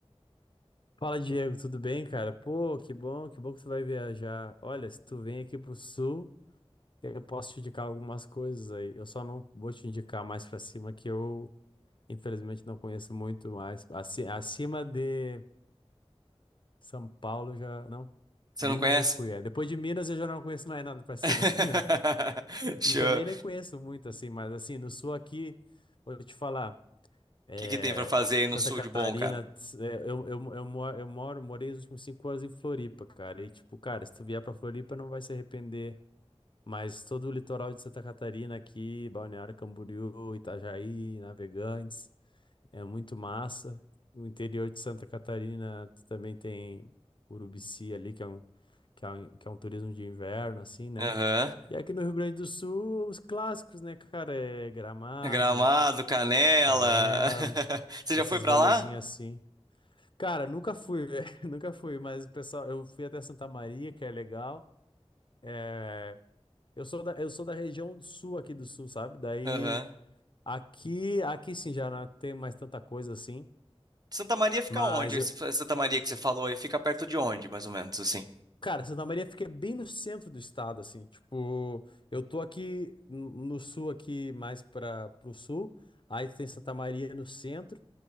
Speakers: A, on the left; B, on the right.
A: Fala, Diego, tudo bem, cara? Pô, que bom, que bom que tu vai viajar. Olha, se tu vem aqui pro sul, eu posso te indicar algumas coisas aí. Eu só não vou te indicar mais pra cima, que eu, infelizmente, não conheço muito mais. Aci- Acima de São Paulo, eu já. Não,
B: Você
A: Minas
B: não conhece?
A: eu fui. É. Depois de Minas, eu já não conheço mais nada pra cima.
B: <laughs>
A: <laughs>
B: Show.
A: E também nem conheço muito, assim, mas, assim, no sul aqui, vou te falar. É,
B: que que tem pra fazer aí no
A: Santa
B: sul
A: Catarina,
B: de bom, cara?
A: tss, é, eu, eu, eu, mo- eu moro, morei os últimos cinco anos em Floripa, cara. E tipo, cara, se tu vier pra Floripa, não vai se arrepender. Mas todo o litoral de Santa Catarina aqui, Balneário Camboriú, Itajaí, Navegantes, é muito massa. O interior de Santa Catarina tu também tem Urubici ali, que é um, que é um, que é um turismo de inverno, assim, né?
B: Aham.
A: E aqui no Rio Grande do Sul, os clássicos, né, cara? É Gramado,
B: Gramado, Canela.
A: Canela.
B: <laughs> Você
A: Esses
B: já foi pra
A: rolezinhos
B: lá?
A: assim. Cara, nunca fui, <laughs> velho. Nunca fui, mas o pessoal, eu fui até Santa Maria, que é legal. É, eu sou da, eu sou da região sul aqui do sul, sabe? Daí
B: Aham.
A: aqui, aqui sim já não tem mais tanta coisa assim.
B: Santa Maria fica
A: Mas
B: onde? Esse-
A: eu,
B: Santa Maria que você falou aí fica perto de onde, mais ou menos, assim?
A: cara, Santa Maria fica bem no centro do estado, assim. Tipo, eu tô aqui no no sul, aqui mais para pro sul. Aí tem Santa Maria no centro.